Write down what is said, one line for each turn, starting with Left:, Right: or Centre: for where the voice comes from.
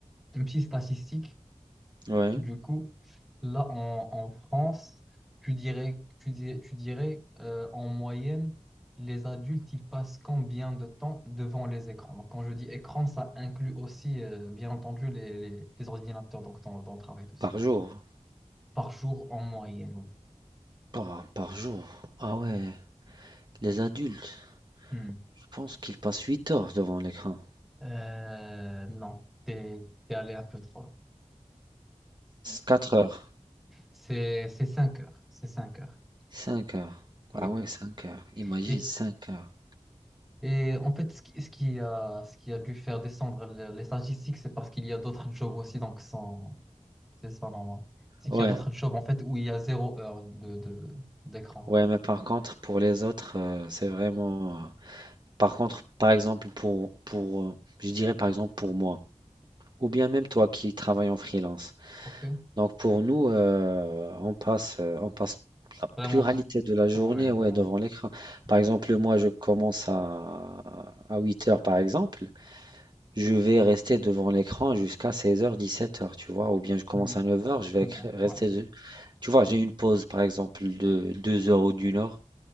Centre: une petite statistique
Right: Ouais.
Centre: Du coup, là en, en France, tu dirais, tu dirais, tu dirais euh, en moyenne, les adultes, ils passent combien de temps devant les écrans? Donc, quand je dis écran, ça inclut aussi, euh, bien entendu, les, les, les ordinateurs donc dans, dans le travail, tous.
Right: Par jour.
Centre: Par jour en moyenne, oui.
Right: Par, par jour. Ah ouais. Les adultes,
Centre: Hmm.
Right: je pense qu'ils passent 8 heures devant l'écran.
Centre: Euh, non, t'es, t'es allé un peu trop loin.
Right: 4 heures.
Centre: C'est, c'est 5 heures. C'est 5 heures.
Right: cinq heures.
Centre: Oui.
Right: Ah ouais, 5 heures. Imagine
Centre: Et
Right: 5 heures.
Centre: Et en fait, ce qui, ce qui a, ce qui a dû faire descendre le- les statistiques, c'est parce qu'il y a d'autres jobs aussi, donc sans- c'est ça normal. C'est
Right: Ouais,
Centre: qu'il y a d'autres jobs en fait où il y a zéro heure de, de- d'écran.
Right: ouais, mais par contre, pour les autres, euh, c'est vraiment. euh, Par contre, par exemple, pour, pour, euh, je dirais par exemple pour moi, ou bien même toi qui travailles en freelance.
Centre: Ok.
Right: Donc pour nous, euh, on passe, euh, on passe la
Centre: Vraiment
Right: pluralité
Centre: trop.
Right: de la journée,
Centre: Ouais,
Right: ouais,
Centre: ouais,
Right: devant l'écran.
Centre: ouais.
Right: Par exemple, moi, je commence à, à 8 heures, par exemple. Je vais rester devant l'écran jusqu'à 16h, 17h, tu vois, ou bien je commence
Centre: Hmm,
Right: à neuf heures, je vais
Centre: hmm,
Right: cr- rester.
Centre: ouais.
Right: de- Tu vois, j'ai une pause, par exemple, de 2 heures ou d'une heure,